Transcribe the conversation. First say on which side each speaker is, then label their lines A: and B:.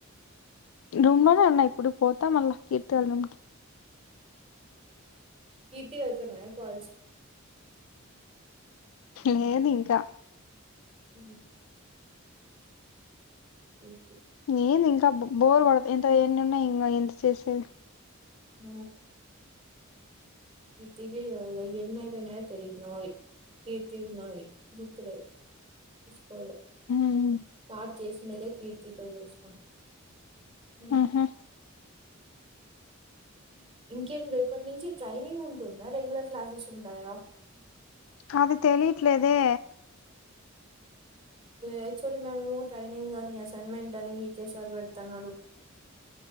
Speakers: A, on the left (about 70°); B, on the right (about 25°).
A: రుమ్ంలోనే అన్నా ఇప్పుడుకి పోతా మళ్ళీ కీర్తిలుం
B: తి వైతు మ కాలజ
A: లేదు ఇంకా
B: హ ఇ
A: నన్ ఇంకా బోర్ వాడ ఎంత న్నన్నా ఇంకా ఎంత చేసే
B: హ రీతికి ఎన్నదనాయ తెలి న కతవి న గుతు కొ
A: హ్మ్
B: తట్ చేసినదే కీర్తితో చేసాం అ
A: ఊహూ
B: ఇంకేం రేపటి నుంచి ట్రైనింగ్ ఉంటుందా రెగ్యులర్ క్లాసెస్ ఉంటాయా
A: అది తెలిట్లేదే
B: హచ్ మేము ట్రైనింగ్ అని అసైన్మెంట్ అని విక సర్ పెడతున్నాడు